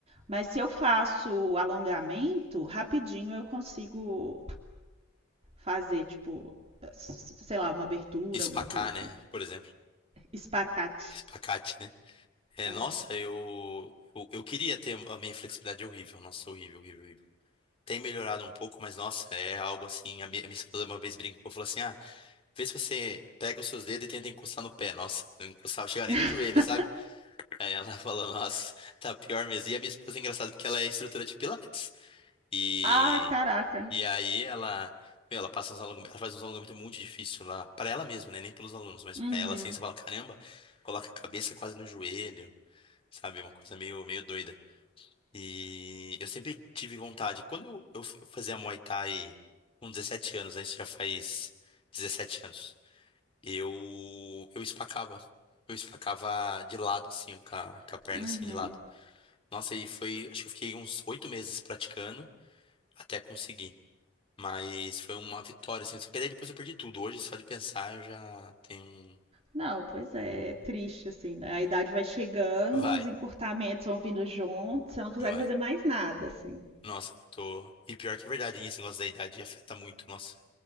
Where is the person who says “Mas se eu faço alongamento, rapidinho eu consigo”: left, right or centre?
Right